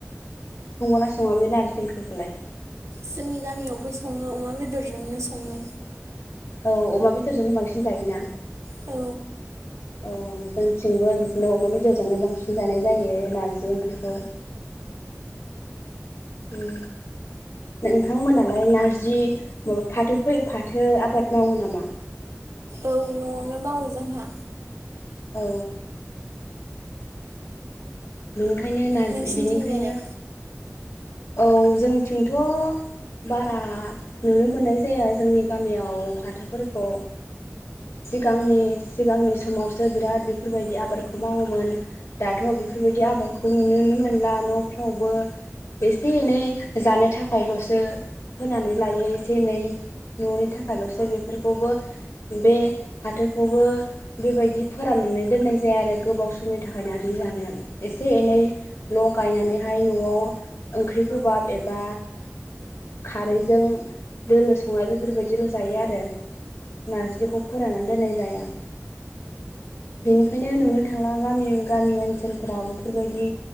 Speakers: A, on the left; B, on the right.
A: सङोना सङा बे नारजि ओंख्रिखौलाय
B: जोंनि गामियावबो सङो अमा बेदरजोंनो सङो
A: औ अमा बेदरजोंनो बांसिन जायोना
B: औ
A: औ औ जोंथिंबो बिदिनो अमा बेदरजोंनो बांसिन जानाय जायो नारजि ओंख्रिखौ उ नोंथांमोनालाय नारजि फाथो फाथो आबाद मावो नामा?
B: औ न'आवनो मावो जोंहा
A: औ बेनिखायनो नारजि
B: नोंसिनिथिंलायलाय
A: बिनिखायनो औ जोंथिंथ' बारा नुनो मोननाय जाया जोंनि गामियाव फाथोफोरखौ सिगांनि सिगांनि समावसो बिराद बेफोरबायदि आबादखौ मावो मोन दाथ' बेफोरबायदि आबादखौ नुनो मोनला न'फ्रावबो एसे एनै जानो थाखायल'सो होनानै लायो एसे एनै न'नि थाखायल'सो बेफोरखौबो बे फाथो खौबो बेबायदि फोराननानै दोननाय जाया आरो गोबाव समनि थाखाय नारजि जानो एसे एनै ल' गायनानैहाय न'आव ओंख्रि गोबाब एबा खारैजों दोलो संनाय बेफोरबायदिल' जायो आरो नारजिखौ फोराननानै दोननाय जाया बेनिखायनो नुनो थांला गामि गामि ओनसोलफोराव बेफोरबायदि